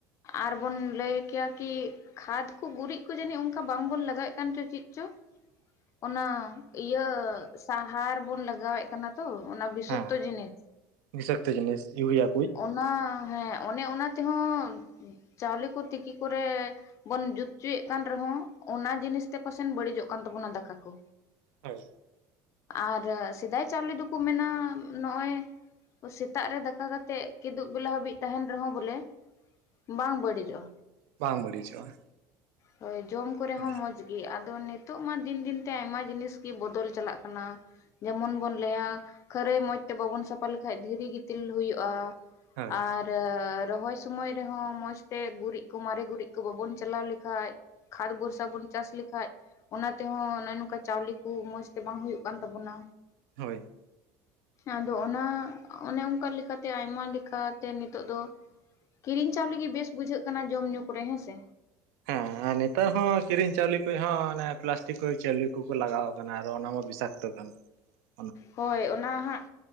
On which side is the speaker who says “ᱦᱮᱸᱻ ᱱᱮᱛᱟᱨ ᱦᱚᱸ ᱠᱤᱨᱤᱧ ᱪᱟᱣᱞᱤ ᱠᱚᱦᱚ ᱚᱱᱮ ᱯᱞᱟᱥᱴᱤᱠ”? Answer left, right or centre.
Right